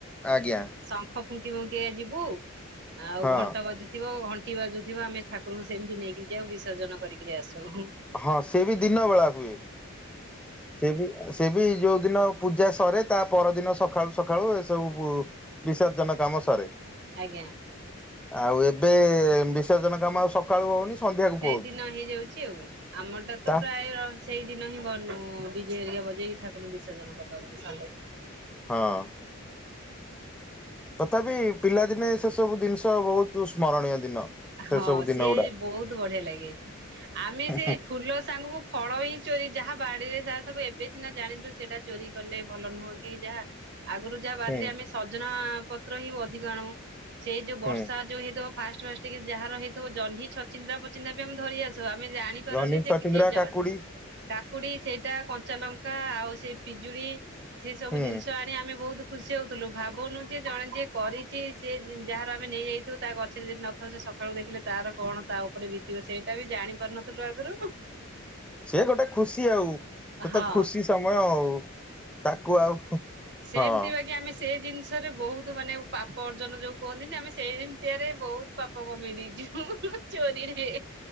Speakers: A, in the centre; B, on the right.
A: ଆଜ୍ଞା
B: ଶଙ୍ଖ ଫୁଙ୍କି ଫୁଙ୍କି ଆଜି ହୁ। ଆଉ
A: ହଁ
B: ଘଣ୍ଟା ବାଜୁଥିବ ଘଣ୍ଟ ବାଜୁଥିବ ଆମେ ଠାକୁଙ୍କୁ ସେମତି ନେଇକି ଯାଉଉ ବିସର୍ଜନ କରିକି ଆସୁ। ହ।
A: ହଁ ସେ ବି ଦିନ ବେଳା ହୁଏ। ସେ ବି ସେ ବି ଯୋଉ ଦିନ ପୂଜା ସରେ ତା ତା ପରଦିନ ସକାଳୁ ସକାଳୁ ସବ ବିସର୍ଜନ କାମ ସାରେ।
B: ଆଜ୍ଞା
A: ଆଉ ଏବେ ସେଜନ କାମ ଆଉ ସକାଳୁ ହଉନି। ସନ୍ଧ୍ୟାକୁ
B: ସେଇଦିନ
A: ପଳଉଛି।
B: ହେଇଯାଉଛି ଆଉ ଆମଟା
A: ତା
B: ତ ପ୍ରାୟ ସେଇଦିନ ହିଁ ବ ବିଜେ ଏରିଆ ବଜେଇ ଠାକୁର ବିସର୍ଜନ କରିଦନ୍ତି ସେ ଦିନ।
A: ହଁ। ତଥାପି ପିଲାଦିନେ ସେ ସବୁ ଜିନିଷ ବହୁତ ସ୍ମରଣୀୟ ଦିନ। ସେ
B: ହଁ
A: ସବୁ ଦିନ
B: ସିଏ
A: ଗୁଡା
B: ବହୁତ ବଢିଆ ଲାଗେ ଆମେ ସେ
A: ହୁଁ
B: ଫୁଲ ସାଙ୍ଗକୁ ଫଳ ହିଁ ଚୋରି ଯାହା ବାଡିରେ ସବୁ ଏବେ ସିନା ଜାଣିଲୁ ସେଇଟା ଚୋରି କଲେ ଭଲ ନୁହଁ କି ଯାହା ଆଗରୁ ଯାହା ବାରିରେ
A: ହୁଁ
B: ଆମେ ସଜନା ପତ୍ର ହିଁ ଅଧିକା ଆଣ ସେ ଯୋଉ ବର୍ଷା
A: ହୁଁ
B: ଯୋଉ ହେଇତ ଫା ଟିକେ ଯାହାର ହେଇଥିବ ଜହ୍ନିଛଚିନ୍ଦା ପଚିନ୍ଦା ବି ଆମେ ଧରି ଆସୁ। ଆମେ ଜାଣିପାରୁନି
A: ଜହ୍ନି
B: ଯେ
A: ଛଚିନ୍ଦ୍ରା
B: ଜ
A: କାକୁଡି
B: କାକୁଡି ସେଇଟା କଞ୍ଚା ଲଙ୍କା ଆଉ ସେ ପିଜଳି ସେ ସବୁ
A: ହୁଁ
B: ଜିନିଷ ଆଣି ଆମେ ବହୁତ ଖୁସି ହେଉଥିଲୁ ଭାବୁନୁ ଯେ ଜଣେ ଯିଏ କରିଛି ସେଏ ଯାହାର ଆମେ ନେଇଯାଇଥିବୁ ତା ଗଛରେ ଯ ନ ସକାଳୁ ଦେଖିଲେ ତାର କଣ ତା ଉପରେ ବି ବିତିବ ସେଇଟା ଜାଣି ପାରୁନଥିଲୁ ଆଗରୁ
A: ସେ ଗୋଟେ ଖୁସି ଆଉ ସେ
B: ହଁ
A: ତ ଖୁସି ସମୟ ଆଉ ତାକୁ ଆଉ ହଁ।
B: ସେମିତି ବାକି ଆମେ ସେ ଜିନିଷରେ ବହୁତ ମାନେ ପାପ ଅର୍ଜନ ଯୋଉ କୁହନ୍ତିନ ଆମେ ସେତିଆରେ ବହୁତ ପପ କମେଇ ଦେଇଛୁ। ଚୋରିରେ